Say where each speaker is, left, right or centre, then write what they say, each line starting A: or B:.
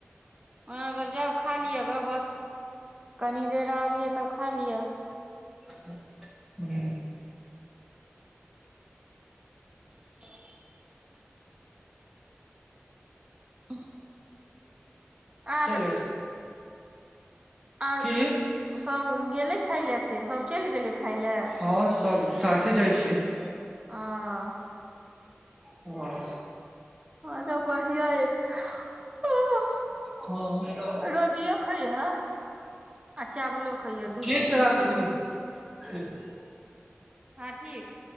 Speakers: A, on the right (about 25°); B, in the centre.
A: अहाँ कऽ जाउ खा लिअ ग बस कनी देर और यऽ तब खा लिअ।
B: <unintelligible>
A: <unintelligible> <unintelligible> आर
B: चल
A: आर
B: की
A: <inaudible> सब गेलै खाय लए से सब चैल गेलै खाय लए
B: ह सब साथे जाय छिये
A: अ ह
B: हऽ
A: ह तऽ बढ़िआ य <unintelligible>
B: हँ
A: <inaudible> रोटियो खै हे आ चावलो खै हे दुनू
B: ठीक छै
A: चीज
B: राखै
A: खैहे
B: <unintelligible>
A: ह ठीक